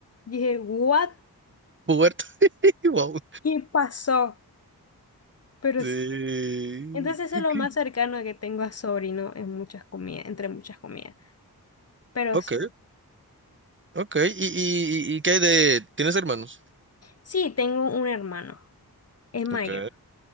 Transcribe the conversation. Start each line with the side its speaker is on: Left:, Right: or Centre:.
Left: Y dije, ¿what?
Right: Puberto. <laughs> Wow.
Left: ¿Qué pasó? Pero
Right: Sí.
Left: s- entonces eso
Right: Ok,
Left: es lo más cercano que tengo a sobrino en muchas comidas, entre muchas comidas. Pero
Right: ok.
Left: s-
Right: ok. ¿Y, y, y y qué hay de... ¿Tienes hermanos?
Left: sí, tengo un hermano, es mayor.
Right: Ok.